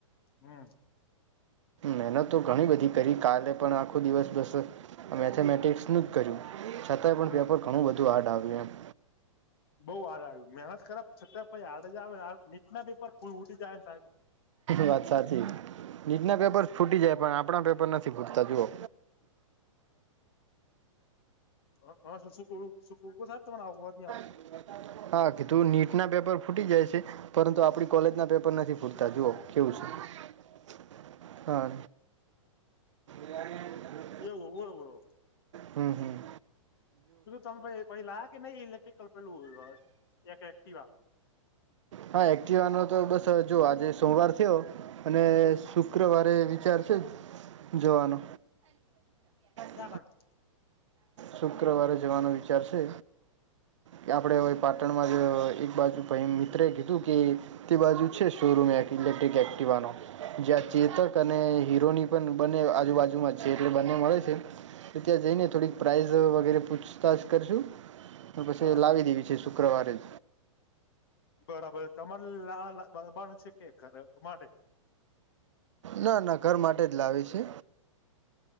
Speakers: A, on the left (about 45°); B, on the right (about 65°).
A: હમ્મ.
B: મહેનત તો ઘણી બધી કરી કાલે પણ આખો દિવસ બસ મેથેમેટિક્સ ખૂબ કર્યું છતાંય પણ
A: હમ
B: પેપર ઘણું બધું હાર્ડ આવ્યું એમ.
A: બઉ હાડ આવ્યું મહેનત કર છતાં પહિ હાડ જ આવે નીટ ના પેપર ફૂલ ઉટી જાય ને સાહેબ
B: વાત સાચી નીટ ના પેપર ફૂટી જાય પણ આપણા પેપર નથી ફૂટતા જુઓ
A: હ હ શું શું શું કઉ સાહેબ તને આવુ હ
B: <unintelligible> હા કીધું નીટ ના પેપર ફૂટી જાય છે પરંતુ આપણી કોલેજ ના પેપર નથી ફૂટતા જુઓ કેવું છે <inaudible> હા. એ આઈ તાણ
A: એવું હે બોલો બોલો.
B: હમ્મ હમ્મ.
A: પેલુ તમે કઈ લાયા કે નઈ ઇલેક્ટ્રિક પેલું એક એક્ટીવા
B: હા એક્ટિવાનો તો બસ જો આજે સોમવાર થયો અને શું શુક્રવારે વિચાર છે જવાનો <unintelligible>
A: ચા કણ
B: શુક્રવારે જવાનો વિચાર છે. કે આપણે પાટણમાં જ એક બાજુ પેલા મિત્રએ કીધું કે તે બાજુ છે શોરૂમ એક ઇલેક્ટ્રિક એક્ટિવાનો જ્યાં
A: કણ
B: ચેતક અને હીરોની પણ બંને આજુબાજુમાં જ છે એટલે બંને મળે છે ત્યાં જઈને થોડીક પ્રાઇઝ વગેરે પૂછતાછ કરશું અને પછી
A: હા
B: લાવી દેવી છે શુક્રવારે જ
A: બરાબર તમારે લાબા નુ છે કે ઘર માટે
B: ના ના ઘર માટે જ લાવી છે.